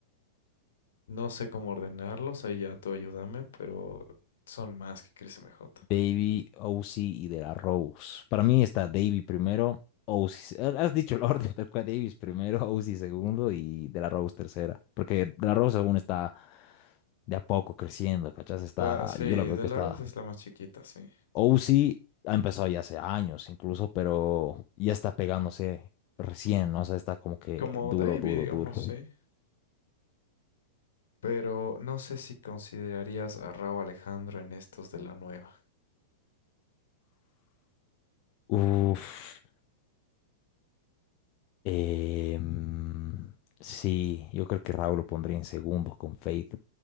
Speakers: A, on the left; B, on the left.
A: No sé cómo ordenarlos, ahí ya tú ayúdame, pero son más que Chris MJ.
B: Davey, Ozzy y De La Rose. Para mí está Davey primero, Ozzy. se- Has dicho el <laughs> orden, tal cual. Davies primero, Ozzy segundo y De La Rose tercera. Porque De La Rose aún está de a poco creciendo, ¿cachás? Está,
A: La- sí,
B: yo
A: De
B: lo veo que
A: La
B: Sí. está.
A: Rose es la más chiquita, sí.
B: Ozzy ha empezado ya hace años incluso, pero ya está pegándose recién, ¿no? O sea, está como que
A: Como
B: duro,
A: Davey,
B: duro,
A: digamos,
B: duro.
A: sí. Pero no sé si considerarías a Rauw Alejandro en estos de la nueva.
B: Uf. Em, sí, yo creo que Raúl lo pondría en segundos con Faith,